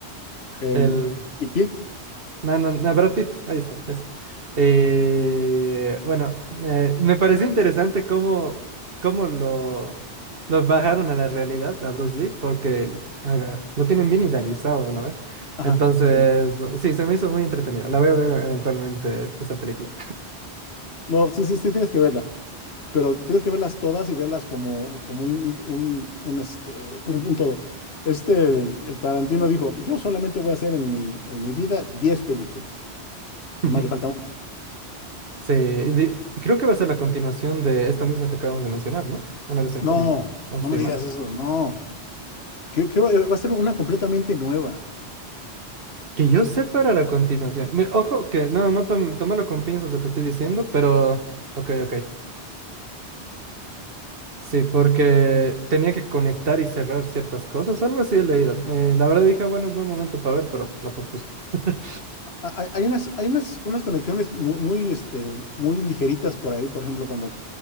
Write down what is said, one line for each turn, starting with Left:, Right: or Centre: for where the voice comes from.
Left: El,
Right: El,
Left: el Pit.
Right: no, no, no, Brad Pitt, ahí está, ese. Eh, bueno, eh, me pareció interesante cómo, cómo lo, lo bajaron a la realidad a Bruce Lee, porque el- haga- lo tienen bien idealizado, ¿no? ve?
Left: Ajá,
Right: Entonces,
Left: sí.
Right: sí, se me hizo muy entretenida. La voy a ver eventualmente esa película.
Left: No, sí, sí, sí, tienes que verla. pero tienes que verlas todas y verlas como, como un, un, un, este, un, un todo. Este, el, el Tarantino dijo, yo solamente voy a hacer en mi, en mi vida 10 películas. Tomás,
Right: <laughs>
Left: le falta una.
Right: Sí, de- creo que va a ser la continuación de esta misma que acabamos de mencionar, ¿no? Una vez en
Left: No,
Right: Hollywood, ¿o estoy
Left: no me digas
Right: mal?
Left: eso, no. Cre- Creo que va a ser una completamente nueva.
Right: Que yo sepa era la continuación. Mira, ojo, que no, no tom- tómalo con pinzas lo que estoy diciendo, pero... Ok, ok. Sí, porque tenía que conectar y cerrar ciertas cosas, algo así he leído. Eh, la verdad dije, "Ah, bueno, es buen momento para ver, pero la pospuse. <laughs>
Left: A- Hay, hay unas, hay unas, unas conexiones mu- muy, este, muy ligeritas por ahí, por ejemplo, cuando